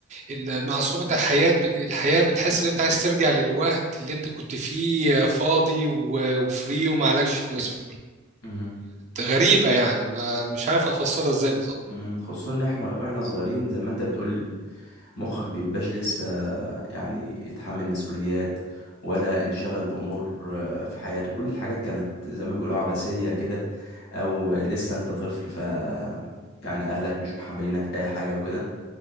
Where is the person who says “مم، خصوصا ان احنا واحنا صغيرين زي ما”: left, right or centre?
Left